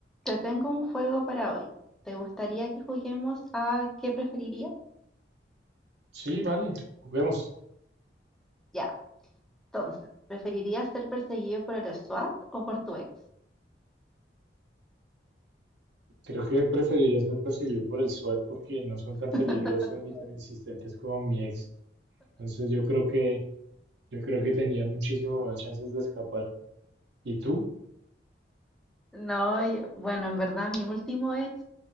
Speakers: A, in the centre; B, on the right.
A: Te tengo un juego para hoy. ¿Te gustaría que juguemos a qué preferirías?
B: Sí, vale, juguemos.
A: Ya, entonces, ¿preferirías ser perseguido por el SWAT o por tu ex?
B: Creo que preferiría ser perseguido por el SWAT porque no son
A: <laughs>
B: tan peligrosos ni tan insistentes como mi ex. Entonces yo creo que yo creo que tenía muchísimo más chances de escapar. ¿Y tú?
A: No, yo- bueno, en verdad mi último ex